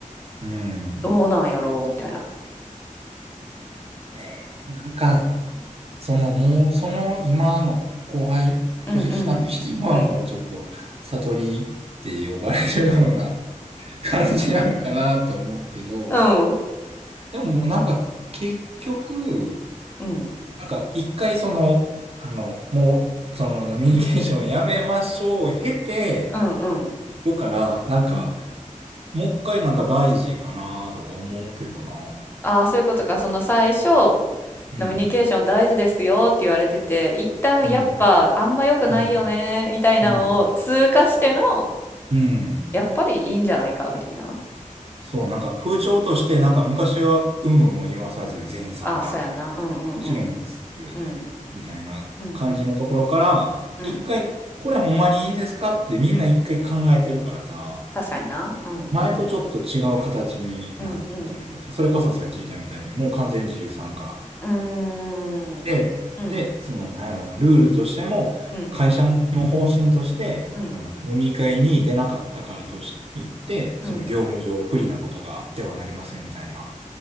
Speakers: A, on the right; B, on the left.
A: うん。
B: どうなんやろうみたいな。
A: で、なんか、その、もう、その、今の後輩、
B: うんうん。
A: 年下の人今はもうちょっと、
B: うん。
A: 悟りって呼ばれるような <laughs> 感じなんかなって思うけど、
B: うん。
A: でももうなんか、結局、
B: うん
A: なんか、一回その、あの、もう、その、ノミニケーションやめましょう、経て、
B: うん。
A: よから、なんか、
B: うん。
A: もう一回なんか大事かなとか思うけどな。
B: ああ、そういうことか。その最初、
A: うん、
B: 飲みニケーション大事ですよって言われてて、一旦やっぱあんま良くないよね、
A: うん、うん、
B: みたいなのを通過しての、
A: うん、うん。
B: やっぱりいいんじゃないか、みたいな。
A: そう、なんか風潮としてなんか昔は有無も言わさず全員参加。
B: ああ、そうやな。うんうんうん。
A: もちろん必須。
B: うん。
A: みたいな感じのところから、
B: うんうん。うん。
A: 一回、これほんまにいいんですかってみんな一回考えてるからさ、
B: 確かにな。うんうん。
A: 前とちょっと違う形になったりとか、
B: うんうん。
A: それこそさっき言ったみたいにもう完全自由参加。
B: うーん。
A: で、
B: うん。
A: で、その、なんやろうな、ルールとしても、
B: うん。
A: 会社の方針として、
B: うん。
A: あの、飲み会に出なかったからとし言って、
B: うん。
A: その業務上不利なことがあってはなりませんみたいな、